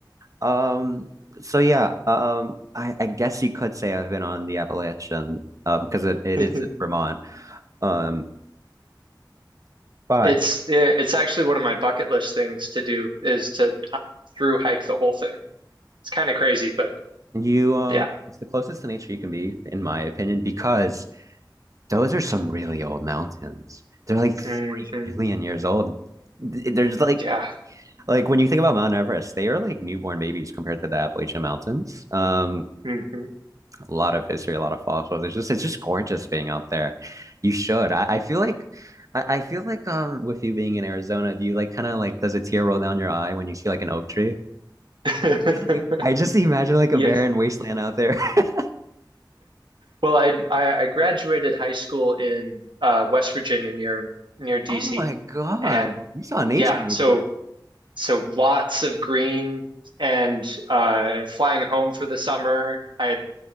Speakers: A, on the right; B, on the right.
A: Um, so yeah, um, I, I guess you could say I've been on the Appalachian, um, because it, it
B: <laughs>
A: is in Vermont. Um, but
B: it's yeah, it's actually one of my bucket list things to do is to uh, through hike the whole thing. It's kind of crazy, but
A: you, um,
B: yeah.
A: it's the closest to nature you can be, in my opinion, because Those are some really old mountains. They're like three
B: hmm
A: billion years old. Th- There's like
B: Yeah.
A: like when you think about Mount Everest, they are like newborn babies compared to the Appalachian Mountains. Um,
B: hmm
A: a lot of history, a lot of fossils. It's just it's just gorgeous being out there. You should. I, I feel like I, I feel like um with you being in Arizona, do you like kind of like does a tear roll down your eye when you see like an oak tree?
B: <laughs>
A: <laughs> I just imagine like
B: Yes.
A: a barren wasteland out there. <laughs>
B: Well, I, I I graduated high school in uh, West Virginia near near DC,
A: Oh my God.
B: and
A: You saw nature,
B: yeah,
A: nature.
B: so so lots of green and uh, flying home for the summer. I had,